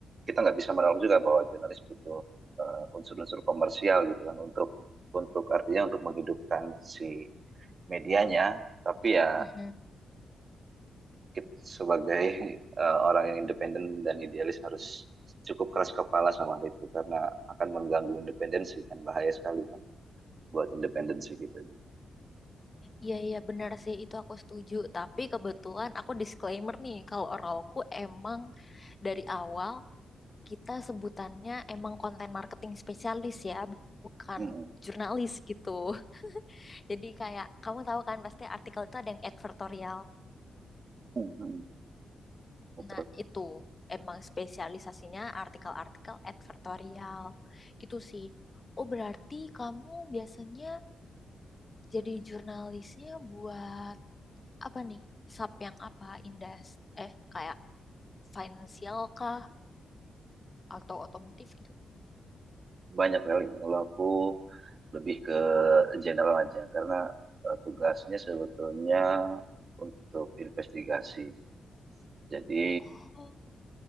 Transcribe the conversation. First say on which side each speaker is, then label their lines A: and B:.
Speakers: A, on the right; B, on the left.
A: kita nggak bisa menolak juga bahwa jurnalis butuh eh, unsur-unsur komersial gitu kan untuk untuk artinya untuk menghidupkan si medianya tapi ya
B: Mm-mm.
A: kita sebagai eh, orang yang independen dan idealis harus cukup keras kepala sama hal itu karena akan mengganggu independensi kan bahaya sekali kan buat independensi kita juga.
B: Iya iya benar sih itu aku setuju tapi kebetulan aku disclaimer nih kalau Oralku emang dari awal kita sebutannya emang konten marketing spesialis ya bu- bukan
A: Mm-mm.
B: jurnalis gitu <laughs> jadi kayak kamu tahu kan pasti artikel itu ada yang advertorial
A: Mm-mm. Betul.
B: nah itu emang spesialisasinya artikel-artikel advertorial gitu sih oh berarti kamu biasanya jadi jurnalisnya buat apa nih sub yang apa indas eh kayak financial kah atau otomotif gitu
A: Banyak kali. Kalau aku lebih ke general aja karena eh, tugasnya sebetulnya untuk investigasi. Jadi
B: oh